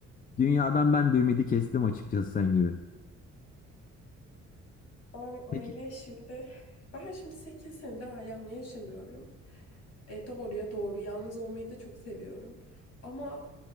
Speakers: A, on the left; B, on the left.
A: dünyadan ben de ümidi kestim açıkçası sen gibi.
B: Ben aile
A: Peki.
B: şimdi ben şimdi 8 senedir ailemle yaşamıyorum. E, doğruya doğru yalnız olmayı da çok seviyorum. Ama